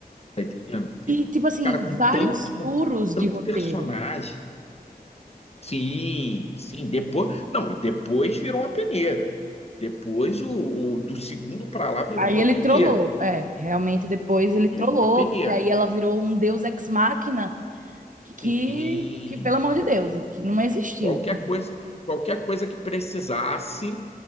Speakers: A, on the left; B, on the right.
A: tá entendendo? Porque,
B: E, tipo assim,
A: cara, com tanto,
B: vários
A: com
B: furos
A: tanto
B: de roteiro.
A: personagem. Sim, sim, depois. Não, e depois virou uma peneira. Depois o, o do segundo para lá virou
B: Aí
A: uma
B: ele
A: peneira.
B: trollou. É, realmente depois ele
A: Virou
B: trollou,
A: uma peneira.
B: porque aí ela virou um deus ex machina que, que,
A: Sim.
B: que, pelo amor de Deus, que não existiu
A: Qualquer
B: também.
A: coisa que, qualquer coisa que precisasse